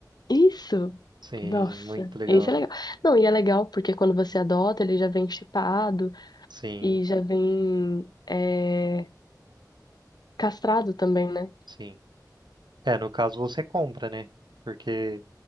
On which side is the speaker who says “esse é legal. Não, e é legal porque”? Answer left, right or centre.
Left